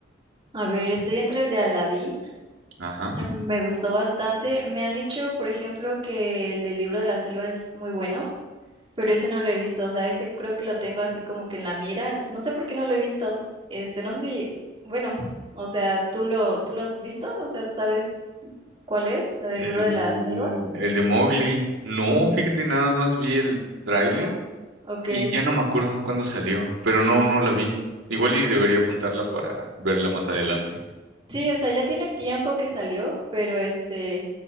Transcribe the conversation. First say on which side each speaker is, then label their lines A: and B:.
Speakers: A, on the right; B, on the right.
A: a ver, estoy entre el de Aladdin,
B: Ajá.
A: eh, me gustó bastante. Me han dicho, por ejemplo, que el del libro de la selva es muy bueno. pero ese no lo he visto, o sea, ese creo que lo tengo así como que en la mira, no sé por qué no lo he visto, este, no sé si, bueno, o sea, ¿tú lo, tú lo has visto? O sea, ¿sabes cuál es? ¿La del
B: El,
A: libro de la selva?
B: el de Mowgli. No, fíjate, nada más vi el tráiler
A: No. Ok.
B: y ya no me acuerdo cuándo salió, pero no, no la vi. Igual y debería apuntarla para verla más adelante.
A: Sí, o sea, ya tiene tiempo que salió, pero este,